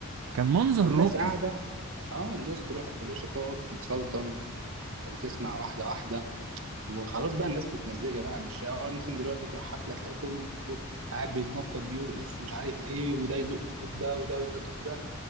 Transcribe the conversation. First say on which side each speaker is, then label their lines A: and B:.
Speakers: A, on the right (about 85°); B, on the right (about 65°).
A: كان منظر
B: والناس
A: راقي
B: قاعده اه الناس تروح يا باشا تقعد تتسلطن وتسمع واحده واحده وخلاص بقى الناس متمزجه بقى مش يعني اه مثلا دلوقتي تروح حفله تلاقي كله قاعد بيتنطط بيرقص ومش عارف ايه وده يزق في ده وده يزق في ده